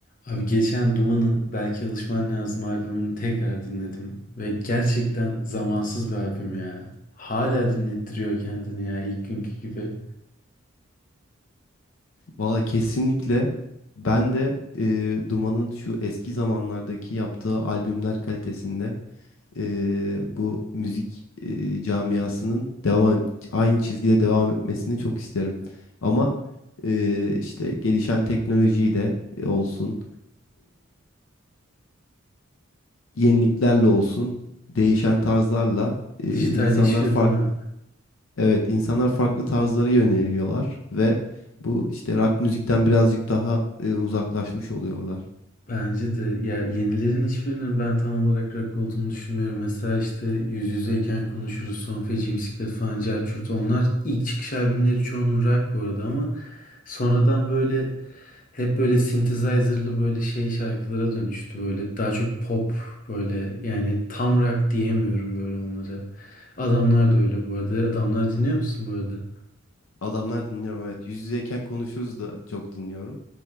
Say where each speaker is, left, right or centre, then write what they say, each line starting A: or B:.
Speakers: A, on the left; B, on the left.
A: Abi geçen Duman'ın Belki Alışman Lazım albümünü tekrar dinledim. Ve gerçekten zamansız bir albüm ya. Hala dinlettiriyor kendini ya ilk günkü gibi.
B: Valla kesinlikle ben de e, Duman'ın şu eski zamanlardaki yaptığı albümler kalitesinde e, bu müzik e, camiasının devam e, aynı çizgide devam etmesini çok isterim. Ama e, işte gelişen teknolojiyle e, olsun yeniliklerle olsun, değişen tarzlarla e,
A: Dijitalleşiyor
B: insanlar farklı
A: değil mi?
B: evet insanlar farklı tarzları yöneliyorlar ve bu işte rock müzikten birazcık daha e, uzaklaşmış oluyorlar.
A: Bence de ya yenilerin hiçbirinin ben tam olarak rock olduğunu düşünmüyorum. Mesela işte Yüz Yüzeyken Konuşuruz, Son Feci Bisiklet falan, Cerçurt onlar ilk çıkış albümleri çoğunun rock bu arada ama sonradan böyle Hep böyle synthesizer'lı böyle şey şarkılara dönüştü böyle daha çok pop böyle yani tam rock diyemiyorum böyle onlara. Adamlar da öyle bu arada. Adamlar dinliyor musun bu arada?
B: Adamlar dinliyorum evet. Yüz yüzeyken konuşuruz da çok dinliyorum.